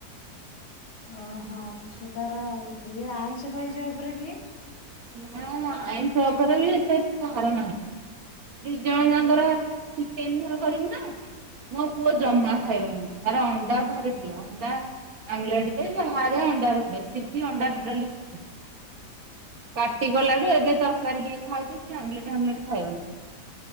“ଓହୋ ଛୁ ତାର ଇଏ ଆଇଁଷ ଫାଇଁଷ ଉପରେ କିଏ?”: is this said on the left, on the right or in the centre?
Left